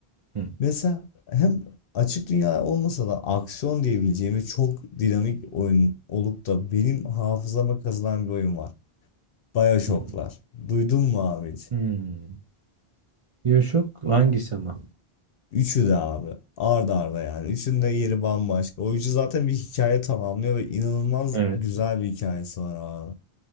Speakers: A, on the right; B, on the left.
A: Hı,
B: mesela hem açık dünya olmasa da aksiyon diyebileceğimiz çok dinamik oyun olup da benim hafızama kazınan bir oyun var BioShock'lar
A: hı, hı.
B: duydun mu abi hiç?
A: Hmm. Bioshock hangisi ama?
B: Üçü de abi ard arda yani üçünün de yeri bambaşka o üçü zaten bir hikaye tamamlıyor ve inanılmaz
A: Evet.
B: güzel bir hikayesi var abi